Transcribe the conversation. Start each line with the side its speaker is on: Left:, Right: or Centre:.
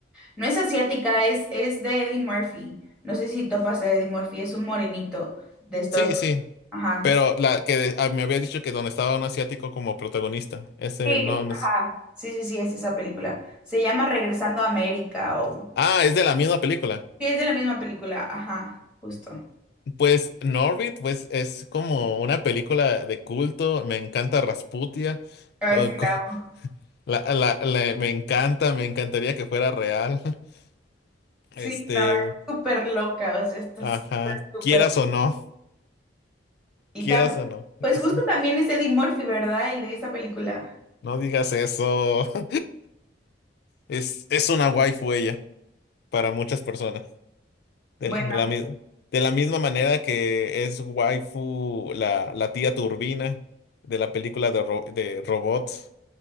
Centre: No es asiática, es, es de Eddie Murphy. No sé si topas a Eddie Murphy, es un morenito de Estados
Left: Sí,
Centre: Unidos.
Left: sí.
Centre: Ajá,
Left: Pero la que ah, me había dicho que donde estaba un asiático como protagonista. Ese
Centre: Sí,
Left: no me...
Centre: ajá.
Left: s-
Centre: Sí, sí, sí, es esa película. Se llama Regresando a América o...
Left: Ah, es de la misma película.
Centre: Sí, es de la misma película, ajá, justo.
Left: Pues Norbit, pues es como una película de culto. Me encanta Rasputia.
Centre: Ay,
Left: co-
Centre: sí,
Left: co-
Centre: la amo.
Left: la- la- la- me encanta, me encantaría que fuera real. <laughs>
Centre: Sí,
Left: Este,
Centre: no, es súper loca, o sea, estás
Left: ajá,
Centre: súper...
Left: quieras o no,
Centre: Y
Left: quieras
Centre: también,
Left: o no.
Centre: pues
Left: es-
Centre: justo también es Eddie Murphy, ¿verdad? El de esa película.
Left: no digas eso. <laughs> Es, es una waifu ella para muchas personas. De,
Centre: Bueno,
Left: de la, mi- de la misma manera que es waifu la, la tía Turbina de la película de, ro- de robots.